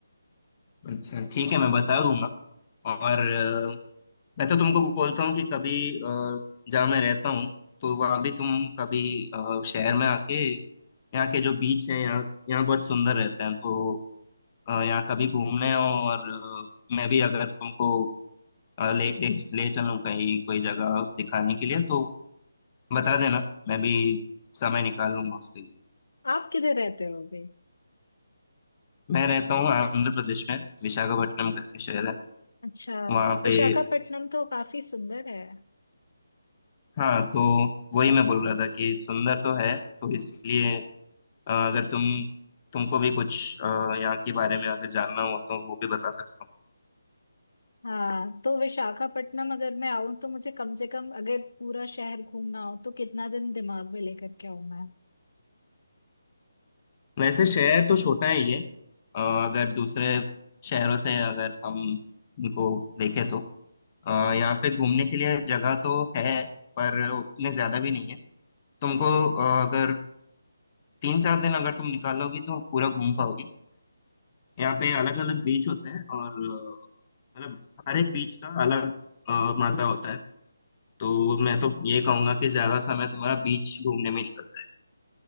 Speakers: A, on the left (about 30°); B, on the left (about 75°).
A: अच्छा ठीक है मैं बता दूंगा और अ, मैं तो तुमको बोलता हूँ कि कभी अ, जहाँ मैं रहता हूँ तो वहाँ भी तुम कभी अ, शहर में आके यहाँ के जो बीच है यहाँ यहाँ बहुत सुंदर रहते हैं तो अ, यहाँ कभी घूमने आओ और अ, मैं भी अगर तुमको अ, ले ले ले चलूँ कहीं कोई जगह दिखाने के लिए तो बता देना मैं भी समय निकाल लूंगा उसके लिए
B: आप किधर रहते हो अभी
A: मैं रहता हूँ आंध्र प्रदेश में विशाखापट्टनम करके शहर है
B: अच्छा
A: वहाँ
B: विशाखापट्टनम
A: पे
B: तो काफी सुंदर है
A: हाँ तो वही मैं बोल रहा था कि सुंदर तो है तो इसलिए अ, अगर तुम तुमको भी कुछ अ, यहाँ के बारे में अगर जानना हो तो वो भी बता सकता हूँ
B: हाँ तो विशाखापट्टनम अगर मैं आऊं तो मुझे कम से कम अगर पूरा शहर घूमना हो तो कितना दिन दिमाग में लेकर के आऊं मैं?
A: वैसे शहर तो छोटा है ये अ, अगर दूसरे शहरों से अगर हम इनको देखें तो अ, यहाँ पे घूमने के लिए जगह तो है पर उतने ज्यादा भी नहीं है तुमको अ, अगर तीन चार दिन अगर तुम निकालोगी तो पूरा घूम पाओगी यहाँ पे अलग अलग बीच होते हैं और अ, मतलब हर एक बीच का अलग अ, मजा होता है तो मैं तो ये कहूंगा कि ज्यादा समय तुम्हारा बीच घूमने में निकल